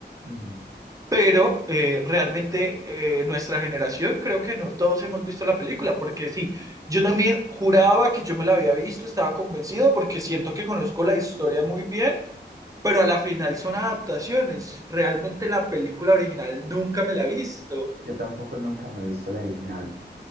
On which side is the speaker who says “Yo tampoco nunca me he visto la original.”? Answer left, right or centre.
Right